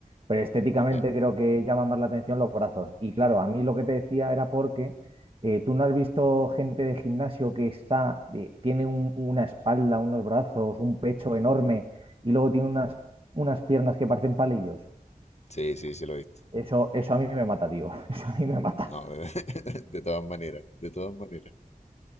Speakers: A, on the right; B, on the left.
A: pero estéticamente
B: Ya.
A: creo que llama más la atención los brazos. Y claro, a mí lo que te decía era porque eh, tú no has visto gente de gimnasio que está, eh, tiene un- una espalda, unos brazos, un pecho enorme y luego tiene unas, unas piernas que parecen palillos.
B: Sí, sí, sí lo he visto.
A: Eso, eso a mí me mata, tío. <laughs> Eso a mí me mata.
B: No, de, <laughs> de todas maneras, de todas maneras,